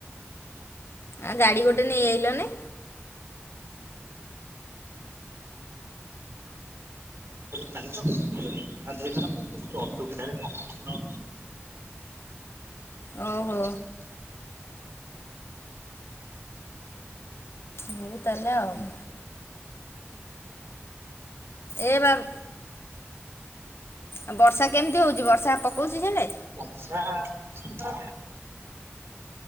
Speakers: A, on the left; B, on the right.
A: ଆ ଗାଡି ଗୋଟେ ନେଇ ଆଇଲନି।
B: ଜାଣିଛ ସିଏ ଯଦି ଖରାପ ହୋଇଥାନ୍ତା ମୁଁ ବହୁତ ଅସୁବିଧାରେ ସମ୍ମୁଖୀନ
A: ଓହୋ
B: <unintelligible> <unintelligible>
A: ହଉ ତାହାଲେ ଆଉ। ଏ ବାଉ ଆଉ ବର୍ଷା କେମିତି ହଉଛି ବର୍ଷା ପକଉଛି ସିଆଡେ?
B: ସା <unintelligible>